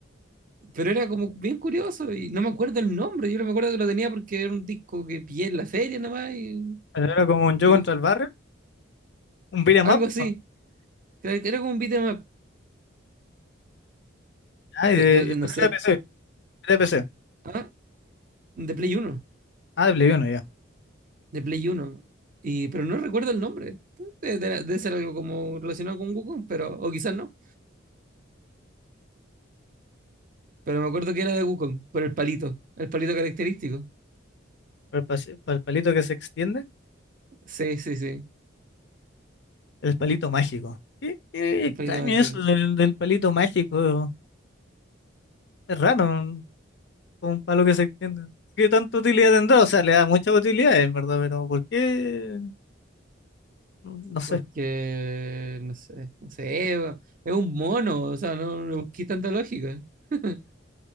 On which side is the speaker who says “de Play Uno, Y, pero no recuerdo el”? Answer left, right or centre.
Right